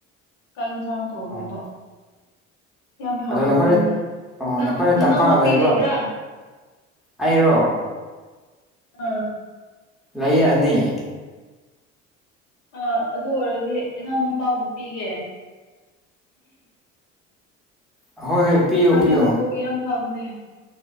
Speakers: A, on the left (about 60°); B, in the centre.
A: ꯆꯥꯛ ꯌꯦꯟꯁꯥꯡ ꯊꫭꯡꯉꯝꯕ
B: ꯎꯝ
A: ꯌꯥꯝ ꯐꯥꯕ
B: ꯑꯗꯣ ꯅꯈꯣꯏ
A: ꯋꯥꯅꯤꯅꯦ
B: ꯑꯣ
A: ꯅꯪ
B: ꯅꯈꯣꯏꯅ
A: ꯅꯅꯥꯎ
B: ꯇꯝꯄꯥꯛ
A: ꯅꯨꯄꯤ
B: ꯂꯩꯕ꯭ꯔꯣ
A: ꯂꯩꯕ꯭ꯔꯥ
B: ꯑꯩꯔꯣ
A: ꯑꯥ
B: ꯂꯩꯌꯦ ꯑꯅꯤ
A: ꯑ ꯑꯗꯨ ꯑꯣꯏꯔꯗꯤ ꯏꯅꯥꯎꯅꯨꯄꯥꯕꯨ ꯄꯤꯒꯦ
B: ꯑ ꯍꯣꯏ ꯄꯤꯌꯣ
A: ꯃꯗꯤ
B: ꯄꯤꯌꯣ
A: ꯃꯕꯨꯛ ꯌꯥꯝ ꯐꯕꯅꯦ